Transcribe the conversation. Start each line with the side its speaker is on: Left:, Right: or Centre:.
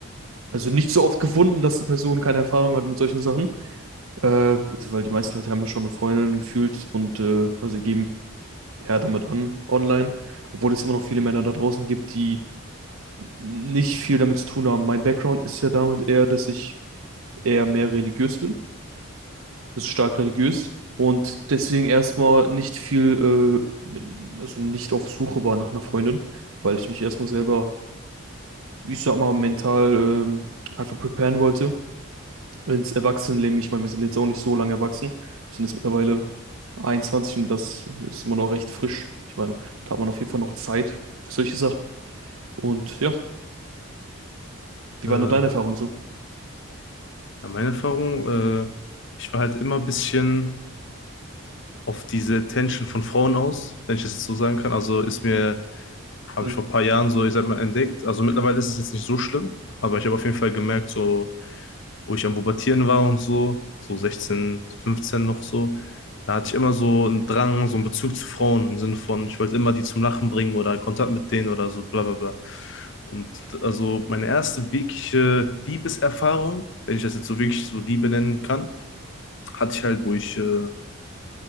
Right: also nicht so oft gefunden, dass eine Person keine Erfahrung hat mit solchen Sachen. Äh, weil die meisten Leute haben ja schon eine Freundin gefühlt und äh, also geben eher damit an online. Obwohl es immer noch viele Männer da draußen gibt, die nicht viel damit zu tun haben. Mein Background ist ja damit eher, dass ich eher mehr religiös bin, also stark religiös und deswegen erstmal nicht viel, äh, also nicht auf Suche war nach einer Freundin, weil ich mich erstmal selber, ich sag mal, mental ähm, einfach preparen wollte ins Erwachsenenleben. Ich meine, wir sind jetzt auch nicht so lange erwachsen. Wir sind jetzt mittlerweile 21 und das ist immer noch recht frisch. Ich meine, da hat man auf jeden Fall noch Zeit für solche Sachen. Und ja, wie
Left: äh,
Right: war
Left: ja,
Right: nur deine Erfahrung so?
Left: meine Erfahrung, äh, ich war halt immer ein bisschen auf diese Attention von Frauen aus, wenn ich das jetzt so sagen kann. Also ist mir habe
Right: Hm,
Left: ich vor ein paar Jahren so, ich sag mal, entdeckt. Also mittlerweile ist es jetzt nicht so schlimm, aber ich habe auf jeden Fall gemerkt, so, wo ich am Pubertieren war und so, so 16, 15 noch so, da hatte ich immer so einen Drang, so einen Bezug zu Frauen im Sinne von, ich wollte immer die zum Lachen bringen oder Kontakt mit denen oder so, bla bla bla. Und also meine erste wirkliche Liebeserfahrung, wenn ich das jetzt so wirklich so Liebe nennen kann, hatte ich halt, wo ich, äh,